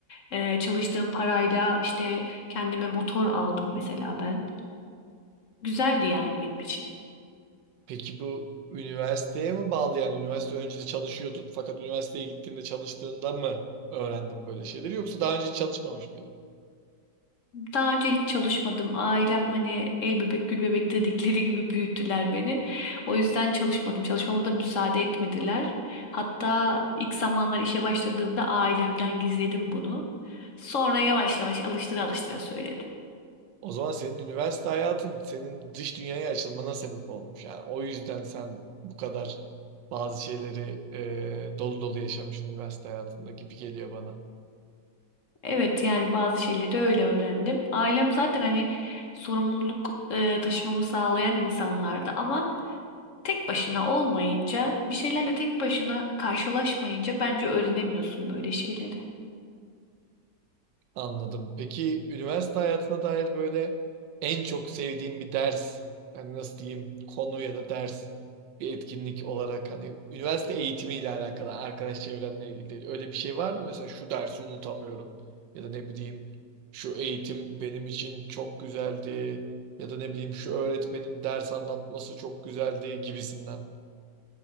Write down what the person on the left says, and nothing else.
Ee, çalıştığım parayla işte kendime motor aldım mesela ben. Güzeldi yani benim için.
Daha önce hiç çalışmadım. Ailem hani el bebek gül bebek dedikleri gibi büyüttüler beni. O yüzden çalışmadım. Çalışmama da müsaade etmediler. Hatta ilk zamanlar işe başladığımda ailemden gizledim bunu. Sonra yavaş yavaş alıştıra alıştıra söyledim.
Evet yani bazı şeyleri öyle öğrendim. Ailem zaten hani sorumluluk e, taşımamı sağlayan insanlardı ama tek başına olmayınca bir şeylerle tek başına karşılaşmayınca bence öğrenemiyorsun böyle şeyleri.